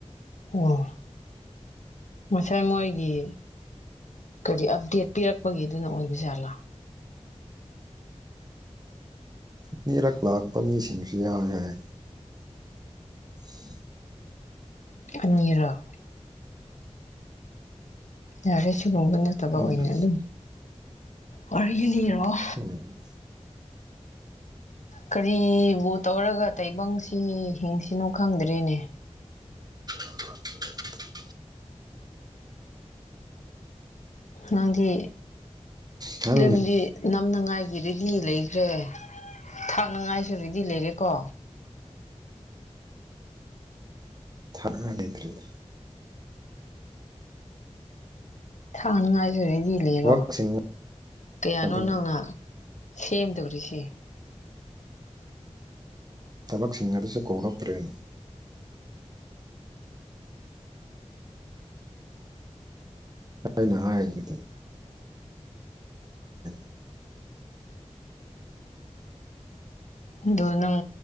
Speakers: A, on the left; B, on the right.
A: ꯑꯣ ꯉꯁꯥꯏ ꯃꯣꯏꯒꯤ ꯀꯔꯤ ꯑꯞꯗꯦꯠ ꯄꯤꯔꯛꯄꯒꯤ ꯑꯗꯨꯅ ꯑꯣꯏꯕ ꯖꯥꯠꯂꯥ
B: ꯑꯅꯤꯔꯛ ꯂꯥꯛꯄꯥ ꯃꯤꯁꯤꯡꯁꯨ ꯌꯥꯎꯋꯦ ꯍꯥꯏ <inaudible>
A: ꯑꯅꯤꯔꯛ ꯌꯥꯔꯦ ꯁꯤꯒꯨꯝꯕ ꯅꯠꯇꯕ ꯑꯣꯏꯅ
B: ꯎꯝ
A: ꯑꯗꯨꯝ ꯋꯥꯔꯤ ꯂꯤꯔꯛꯑꯣ
B: ꯎꯝ
A: ꯀꯔꯤꯕꯨ ꯇꯧꯔꯒ ꯇꯥꯢꯕꯪꯁꯤ ꯍꯤꯡꯁꯤꯅꯣ ꯈꯪꯗ꯭ꯔꯦꯅꯦ
B: <unintelligible>
A: ꯅꯪꯗꯤ
B: ꯈꯪꯗꯦꯗ
A: ꯐꯤꯂꯝꯗꯤ ꯅꯝꯅꯉꯥꯏꯒꯤ ꯔꯦꯗꯤ ꯂꯩꯈ꯭ꯔꯦ ꯊꯥꯛꯅꯉꯥꯏꯁꯨ ꯔꯦꯗꯤ ꯂꯩꯔꯦꯀꯣ
B: ꯊꯛꯅ ꯂꯩꯇ꯭ꯔꯤꯗ
A: ꯊꯥꯉꯥꯏꯁꯨ ꯔꯦꯗꯤ ꯂꯩꯔꯣ
B: ꯊꯕꯛꯁꯤꯡ
A: ꯀꯌꯥꯅꯣ
B: ꯑꯗꯨꯝ
A: ꯅꯪꯅ ꯁꯦꯝꯗꯧꯔꯤꯁꯦ
B: ꯊꯕꯛ ꯁꯤꯡꯒꯗꯁꯨ ꯀꯧꯔꯛꯇ꯭ꯔꯦ ꯑꯩꯅ ꯍꯥꯏꯕꯗꯤ <unintelligible>
A: ꯑꯗꯣ ꯅꯪ